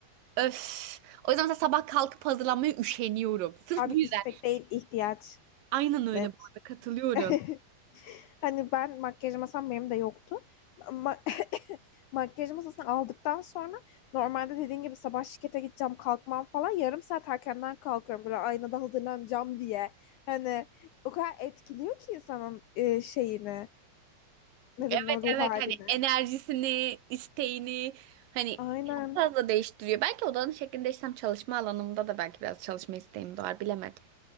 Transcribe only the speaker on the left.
Abi
istek değil ihtiyaç.
Net.
<laughs> Hani ben makyaj masam benim de yoktu. Ma <laughs> <coughs> makyaj masasını aldıktan sonra normalde dediğin gibi sabah şirkete gideceğim kalkmam falan yarım saat erkenden kalkıyorum böyle aynada hazırlanacağım diye. Hani o kadar etkiliyor ki insanın e, şeyini neden
o ruh
halini.
Aynen.